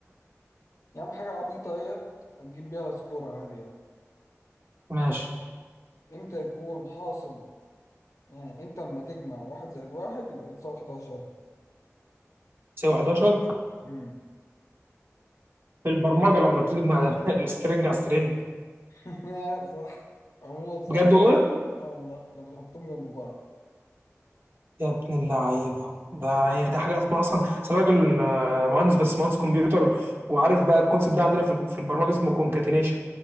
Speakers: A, on the left; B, on the right.
A: يا عم حاجة عبيطة اهيت هتجيب بيها سكور عادي اهو
B: ماشي
A: امتى يكون حاصل يعني انت اما تجمع واحد زائد واحد يبقى بتساوي 11
B: تساوي 11
A: امم
B: في البرمجه لما بتيجي مع <laughs> سترنج على سترنج
A: <laughs> صح عموما صح
B: بجد والله
A: اه والله لو بتحطهم جنب بعض
B: يا ابن اللعيبه ده يعني ده حاجه اسمها اصلا اصل راجل آه، مهندس بس مهندس كمبيوتر وعارف بقى الكونسيبت ده عندنا في في البرمجه اسمه كونكاتينيشن